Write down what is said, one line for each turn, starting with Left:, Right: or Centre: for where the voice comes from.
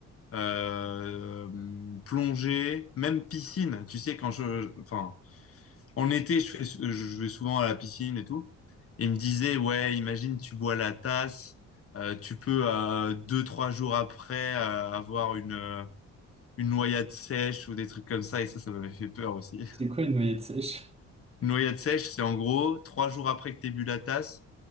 Left: euh, plongée, même piscine. Tu sais, quand je, enfin, en été, je fais, je je vais souvent à la piscine et tout. Et il me disait, ouais, imagine, tu bois la tasse, euh, tu peux euh, deux, trois jours après euh, avoir une, euh, une noyade sèche ou des trucs comme ça, et ça, ça m'avait fait peur aussi.
Right: C'est quoi une noyade sèche?
Left: Une noyade sèche, c'est en gros, trois jours après que t'aies bu la tasse,